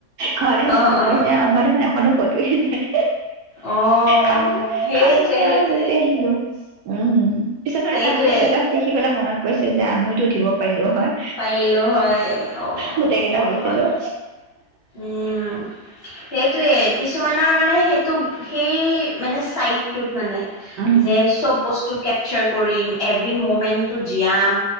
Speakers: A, on the right; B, on the left.
A: ঘৰত আহি
B: অ'
A: মনত
B: অ'
A: পৰিছে
B: অ'
A: আমাৰ দেখোন এখনো ফত য়ে নাই।
B: অহ,
A: খালি
B: সেইটোৱে
A: খালো গৈ
B: সেইটোৱে।
A: আৰু গুচি আহিলো উম। পিছত মানে
B: সেইটোৱে
A: তাঁৰ ষ্টেটাচ দেখি পেলায় মনত কৈছে যে আমিওতো উঠিব পাৰিলো হ হয়,
B: পাৰিলো হয় অ'
A: গোটেই কেইটা
B: অ
A: হৈছিলোঁ।
B: হয় উম সেইটোয়ে কিছুমানৰ মানে সেইটো সেই মানে চাইটোত মানে
A: উম
B: যে চব বস্তু কেপচাৰ কৰিম এভৰি মমেন্টটো জীয়াম